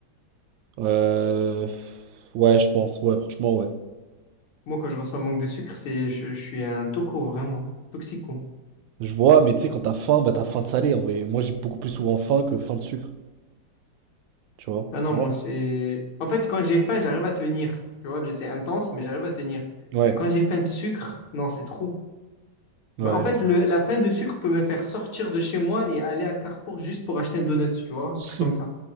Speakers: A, on the right (about 75°); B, on the left (about 85°).
A: Euh... pff, Ouais, je pense. Ouais, franchement, ouais.
B: Moi, quand je ressens un manque de sucre, c'est, je, je suis un toco, vraiment. Toxico.
A: Je vois, mais tu sais, quand t'as faim, bah t'as faim de salé en vrai. Moi, j'ai beaucoup plus souvent faim que faim de sucre, tu vois.
B: Ah non,
A: Tu vois?
B: moi c'est. En fait, quand j'ai faim, j'arrive à tenir. Tu vois, le- c'est intense, mais j'arrive à tenir.
A: Ouais,
B: Mais quand j'ai faim de sucre, non, c'est trop.
A: ouais,
B: Bah, en fait,
A: je
B: le-
A: vois.
B: la faim de sucre peut me faire sortir de chez moi et aller à Carrefour juste pour acheter un donut, tu vois, un
A: <laughs>
B: truc comme ça.